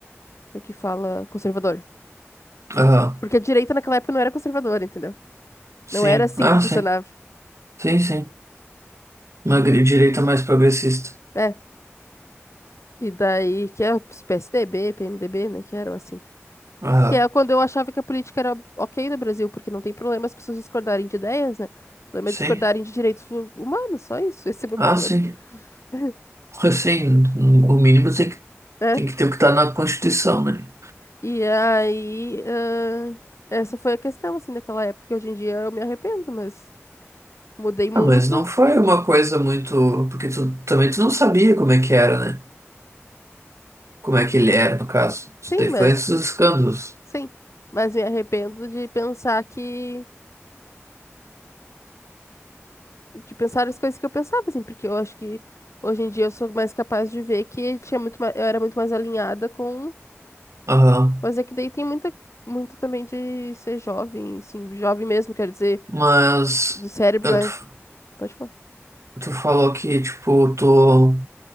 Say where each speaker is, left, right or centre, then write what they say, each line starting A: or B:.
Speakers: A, on the left (about 70°); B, on the right (about 75°).
A: como é que fala, conservador.
B: aham.
A: Porque a direita naquela época não era conservadora, entendeu?
B: Sim,
A: Não era assim
B: ah,
A: que funcionava.
B: sim, sim, sim. Uma gri- direita mais progressista.
A: É. E daí, que é os PSDB, PMDB, né? Que eram assim.
B: Aham,
A: Que é quando eu achava que a política era ok no Brasil, porque não tem problema as pessoas discordarem de ideias, né? O problema
B: sim,
A: é discordarem de direitos humanos, só isso. <laughs> Esse é o meu
B: ah,
A: problema.
B: sim.
A: <laughs>
B: <laughs> Sim, o mínimo tem que,
A: né?
B: tem que ter o que tá na Constituição, né?
A: E aí, ah, essa foi a questão, assim, naquela época. que Hoje em dia eu me arrependo, mas mudei muito.
B: Ah, mas não foi uma coisa muito. Porque tu também tu não sabia como é que era, né? Como é que ele era, no caso. Isso
A: Sim,
B: daí
A: mas.
B: foi esses escândalos.
A: Sim. Mas me arrependo de pensar que. De pensar as coisas que eu pensava, assim, porque eu acho que hoje em dia eu sou mais capaz de ver que tinha muito mais, eu era muito mais alinhada com.
B: Aham.
A: Mas é que daí tem muita, muito também de ser jovem, assim, jovem mesmo, quer dizer,
B: Mas
A: do cérebro,
B: eu-
A: tá?
B: tu,
A: Pode falar.
B: tu falou que, tipo, tu